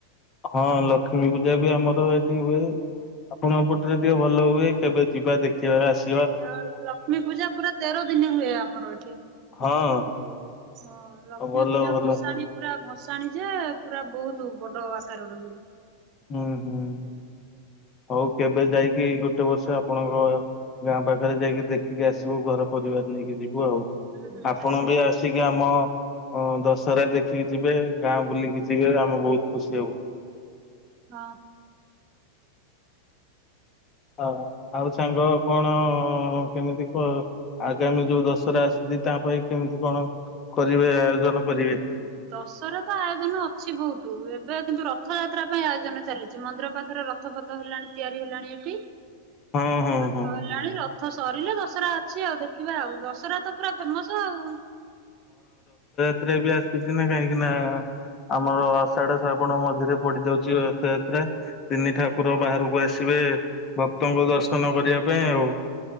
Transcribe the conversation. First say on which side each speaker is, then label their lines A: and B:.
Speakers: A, on the left; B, on the right.
A: ହଁ ଲକ୍ଷ୍ମୀ ପୂଜା ବି ଆମର ଏଠି ହୁଏ ଆପଣଙ୍କ ପଟରେ ଟିକେ ଭଲ ହୁଏ କେବେ ଯିବା ଦେଖିବାକୁ ଆସ
B: ଆ ଲକ୍ଷ୍ମୀ ପୂଜା ପୁରା ତେର ଦିନ ହୁଏ ଆମର ଏଇଠି।
A: ହଁ
B: ହଁ ଲକ୍ଷ୍ମୀ
A: ଭଲ
B: ପୂଜା
A: ଭଲ
B: ବସାଣିି ପୁରା। ବସାଣି ଯେ ପୁରା ବହୁତ ବଡ ଆକାର ର ହଏ।
A: ହୁଁ ହୁଁ ହଉ କେବେ ଯାଇକି ଗୋଟେ ବର୍ଷ ଆପଣଙ୍କ ଗାଁ ପାଖରେ ଯାଇକି ଦେଖିକି ଆସିବୁ ଘର ପରିବାର ନେଇକି ଯିବୁ। ଆଉ
B: ହୁଁ
A: ଆପଣ
B: ଆସିବେ
A: ବି ଆସିକି ଆମ ହଁ ଦଶହରା ଦେଖିକି ଯିବେ ଗାଁ ବୁଲିକି ଯିବେ ଆମେ ବହୁତ ଖୁସି ହବୁ ।
B: ହଁ।
A: ହଁ ଆଉ ସାଙ୍ଗ କଣ କେମିତି ଆଗାମୀ ଯୋଉ ଦଶହରା ଆସୁଛି ତା ପାଇଁ କେମିତି କଣ କରିବେ ଆୟୋଜନ କରିବେ?
B: ଦଶରା ତ ଆୟୋଜନ ଅଛି ବହୁତ ଏବେ। କିନ୍ତୁ ରଥଯାତ୍ରା ପାଇଁ ଆୟୋଜନ ଚାଲିଛି ମନ୍ଦିର ପାଖରେ ରଥପଥ ହେଲାଣି ତିଆରି ହେଲାଣି ଏଠି।
A: ହଁ ହଁ
B: ରଥଲାଣି
A: ହଁ
B: ରଥ। ଥ ସରିଲେ ଦଶହରା ଅଛି ଆଉ ଦେଖିବା ଆଉ ଦଶରା ତ ପୁରା ଫେମସ ଆଉ।
A: ଯାତ୍ରା ବି ଆସିୁଛି ନା କାହିଁକି ନା ଆମର ଆଷାଢ ଶ୍ରାବଣ ମଝିରେ ପଡିଯାଉଛି ରଥଯାତ୍ରା। ତିନି ଠାକୁର
B: ହଁ।
A: ବାହାରକୁ ଆସିବେ। ଭକ୍ତଙ୍କୁ ଦର୍ଶନ କରିବା ପାଇଁ ଆଉ।